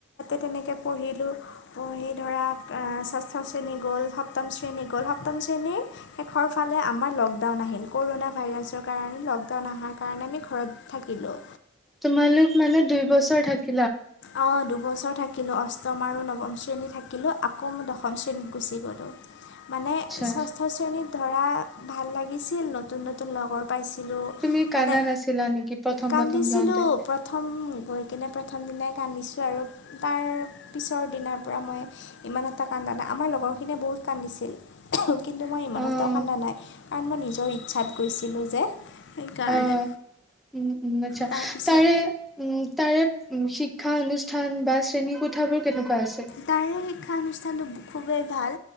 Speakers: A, on the left; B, in the centre.
A: তেনেকে পঢ়িলোঁ, পঢ়ি ধৰা ষষ্ঠ শ্ৰেণী গ'ল। সপ্ত সপ্তম শ্ৰেণী গ'ল, সপ্তম শ্ৰেণীৰ শেষৰ ফালে আমাৰ লকডাউন আহিল কৰোণা ভাইৰাছৰ কাৰণে লকডাউন অহাৰ কাৰণে আমি ঘৰত থাকিলোঁ।
B: তোমালোক মানে দুই বছৰ থাকি
A: অ' দুবছৰ থাকিলো অষ্টম আৰু নৱম শ্ৰেণী থাকিলো আকৌ ম দশম দশম শ্ৰেণীত গুচি গ'লো মানে
B: আচ্ছা।
A: ষষ্ঠ শ্ৰেণীত ধৰা ভাল লাগিছিল নতু নতুন নতুন লগৰ পাইছিলোঁ
B: তুমি কানাত
A: মানে
B: আছিলা নেকি প্ৰথম
A: কান্দিছিলো
B: প্ৰথম যাওঁতে?
A: প্ৰথম গৈ কিনে প্ৰায় প্ৰথম দিনাই কান্দিছো আৰু তাৰ পিছৰ দিনাৰ পৰা মই ইমান এটা কান্দা নাই, আমাৰ লগৰখিনিয়ে বহুত কান্দিছিল। কিন্তু মই ইমান
B: অ',
A: এটাও কান্দা নাই কাৰণ মই নিজৰ ইচ্ছাত গৈছিলোঁ যে। সেইকাৰণে
B: অ' উম-উম আচ্ছা,
A: তাৰপিছত
B: তাৰে উম তাৰে উ শিক্ষা অনুষ্ঠান বা শ্ৰেণী কোঠাবোৰ কেনেকুৱা আছে?
A: তাৰে শিক্ষানুষ্ঠা নতো খুবেই ভাল